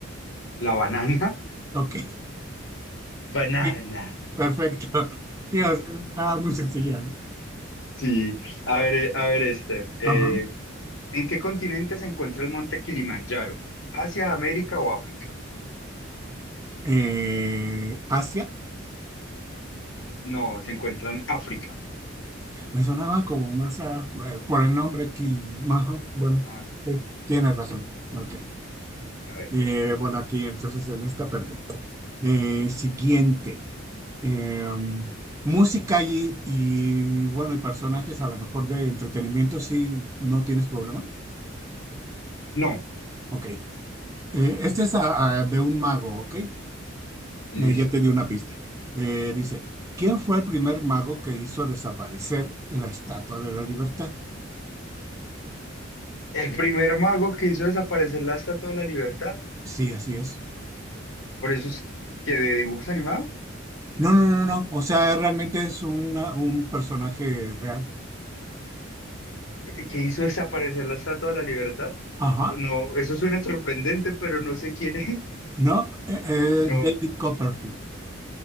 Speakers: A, on the left (about 65°); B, on the right (about 15°).
A: la banana.
B: Ok.
A: <laughs> Banana.
B: <laughs> Perfecto. <laughs> Sí, o sea, estaba muy sencilla. ¿no?
A: Sí. A ver, eh, a ver este. Eh,
B: Ajá.
A: ¿en qué continente se encuentra el monte Kilimanjaro? ¿Asia, América o África?
B: Eh, Asia,
A: No, se encuentra en África.
B: me sonaba como más a- eh, por el nombre aquí. Ajá, Bueno,
A: Ah,
B: sí, tienes razón. Ok.
A: a ver.
B: Eh, bueno, aquí entonces en esta perdí. Eh, siguiente. Eh, música y, y, bueno, y personajes a lo mejor de entretenimiento, si no tienes problema.
A: No,
B: Ok. Eh, este es a- a- de un mago, ¿ok?
A: listo.
B: Eh, ya te di una pista. Eh, dice, ¿quién fue el primer mago que hizo desaparecer la Estatua de la Libertad?
A: El primer mago que hizo desaparecer la Estatua de la Libertad.
B: Sí, así es.
A: Por eso es que de dibujos animados.
B: No, no, no, no. O sea, realmente es una- un personaje real.
A: que hizo desaparecer la Estatua de la Libertad.
B: Ajá.
A: No, no, eso suena sorprendente, pero no sé quién es. <laughs>
B: ¿No? Eh, eh,
A: No,
B: David Copperfield.